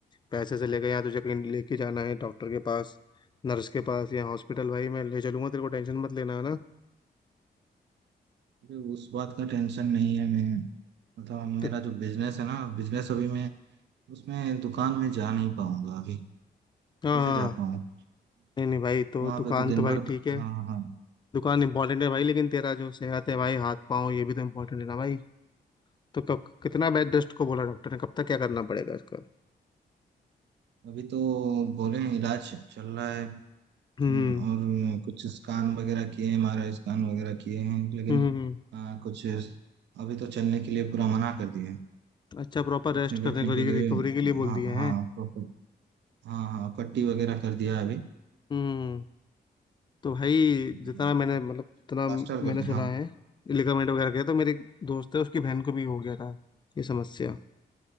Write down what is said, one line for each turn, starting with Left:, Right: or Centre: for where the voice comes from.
Left: पैसे से लेके यहाँ तुझे कहीं लेके जाना है डॉक्टर के पास नर्स के पास या हॉस्पिटल भाई मैं ले चलूंगा तेरे को टेंशन मत लेना है ना
Right: अभी उस बात का टेंशन नहीं है मैं मतलब
Left: तो
Right: मेरा जो बिजनेस है ना बिजनेस अभी मैं उसमें दुकान में जा नहीं पाऊंगा अभी
Left: हाँ
Right: कैसे
Left: हाँ,
Right: जा पाऊँ
Left: नहीं नहीं भाई तो
Right: वहां
Left: दुकान
Right: पे तो
Left: तो
Right: दिन
Left: भाई
Right: भर
Left: ठीक है
Right: हाँ हाँ
Left: दुकान इंपॉर्टेंट है भाई लेकिन तेरा जो सेहत है भाई हाथ पाँव ये भी तो इम्पोर्टेंट है ना भाई तो कब कितना बेड रेस्ट को बोला डॉक्टर ने कब तक क्या करना पड़ेगा इसका
Right: अभी तो बोले हैं, इलाज चल रहा है और
Left: हम्म
Right: कुछ स्कैन वगैरह किए एम आर आई स्कैन वगैरह किए हैं लेकिन
Left: हम्म हम्म। हम्म।
Right: आ, कुछ अभी तो चलने के लिए पूरा मना कर दिया है
Left: अच्छा प्रॉपर रेस्ट
Right: उठने बैठने
Left: करने को रिकवरी
Right: के लिए
Left: के लिए बोल
Right: हाँ
Left: दिए
Right: हाँ
Left: हैं
Right: प्रॉपर हाँ हाँ पट्टी वगैरह कर दिया है अभी
Left: हम्म तो भाई जितना
Right: जो
Left: मैंने मतलब
Right: प्लास्टर
Left: जितना
Right: कर
Left: मैंने
Right: दिया
Left: सुना
Right: हाँ
Left: है लिगामेंट वगैरह गया तो मेरे दोस्त है उसकी बहन को भी हो गया था ये समस्या